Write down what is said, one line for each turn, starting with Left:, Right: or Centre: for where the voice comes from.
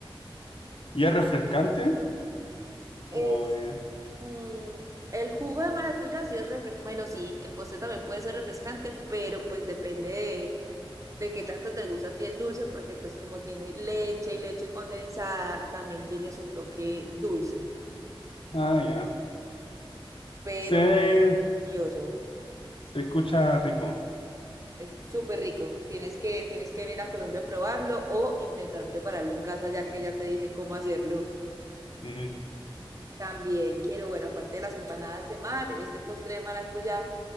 Left: y es refrescante.
Right: Es
Left: O, eh,
Right: mm, el jugo de maracuyá, sí es refre- bueno, sí, el postre también puede ser refrescante, pero pues depende de qué tanto te gusta a ti el dulce, porque pues como tiene leche y leche condensada, también tiene su toque dulce,
Left: ah, ya.
Right: pero
Left: Se,
Right: delicioso.
Left: se escucha rico.
Right: Es súper rico. Tienes que, tienes que venir a Colombia a probarlo o intentar prepararlo en casa, ya que ya te dije cómo hacerlo.
Left: Ujú.
Right: También quiero, bueno, aparte de las empanadas de mar, este postre de maracuyá,